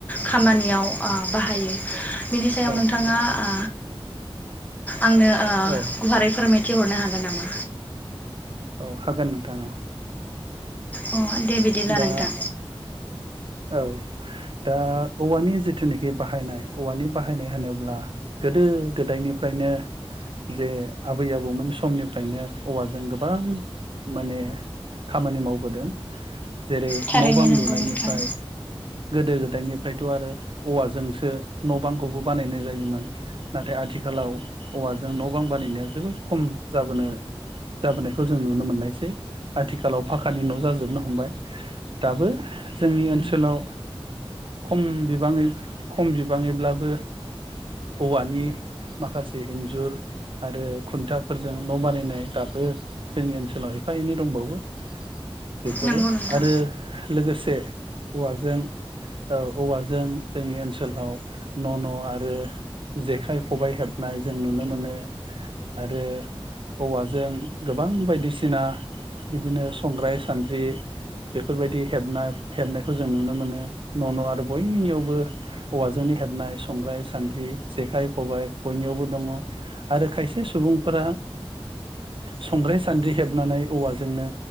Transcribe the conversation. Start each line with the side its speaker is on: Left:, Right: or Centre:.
Left: खामानियाव आ बाहायो बिनि सायाव
Right: औ
Left: नोंथाङा आ आंनो ओ
Right: औ
Left: गुवारै फोरमाय थिहरनो हागोन नामा?
Right: अ हागोन नोंथां
Left: अ दे बिदिब्ला
Right: दा
Left: नोंथां
Right: औ दा औवानि जिथुनिखि बाहायनाय औवानि बाहायनाय होनोब्ला गोदो गोदायनिफ्रायनो जे आबै आबौमोन समनिफ्रायनो औवाजों गोबां माने खामानि मावबोदों जेरै
Left: थारैनो
Right: न बां
Left: नंगौ
Right: लुनायनिफ्राय
Left: नोंथां
Right: गोदो गोदायनिफ्रायथ आरो औवाजोंसो न बांखौबो बानायनाय जायोमोन नाथाय आथिखालाव औवाजों न बां बानायनाया जोबोद खम जाबोनो जाबोनायखौ जों नुनो मोननायसै आथिखालाव फाखानि न जाजोबनो हमबाय दाबो जोंनि ओनसोलाव सोलाव खम बिबाङै खम बिबाङैब्लाबो औवानि माखासे इन्जुर आरो खुन्थाफोरजों न बानायनाय दाबो जोंनि ओनसोलाव एफा एनै दंबावो बेफोरो
Left: नंगौ नोंथां
Right: आरो लोगोसे औवाजों ओ औवाजों जोंनि ओनसोलाव न न आरो जेखाइ खबाइ हेबनाय जों नुनो मोनो आरो औवाजों गोबां बायदिसिना बिदिनो संग्राय सान्द्रि बेफोरबायदि हेबना हेबनाय खौ जों नुनो मोनो न न आरो बयनिनियावबो औवाजोंनो हेबनाय संग्राय सान्द्रि जेखाइ खबाइ बयनियावबो दङ आरो खायसे सुबुंफोरा संग्राय सान्द्रि हेबनानै औवाजोंनो